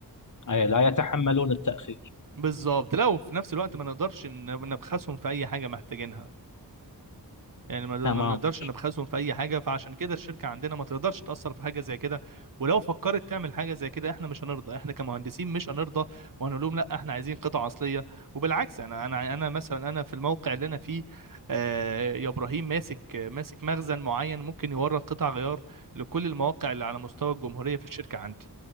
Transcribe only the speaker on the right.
بالظبط لو في نفس الوقت ما نقدرش ن- نبخسهم في اي حاجه محتاجينها يعني ما
ما نقدرش نبخسهم في اي حاجه فعشان كده الشركه عندنا ما تقدرش تاثر في حاجه زي كده ولو فكرت تعمل حاجه زي كده احنا مش هنرضى احنا كمهندسين مش هنرضى وهنقول لهم لا احنا عايزين قطع اصليه وبالعكس انا انا انا مثلا انا في الموقع اللي انا فيه آه يا ابراهيم ماسك ماسك مخزن معين ممكن يورد قطع غيار لكل المواقع اللي على مستوى الجمهوريه في الشركه عندي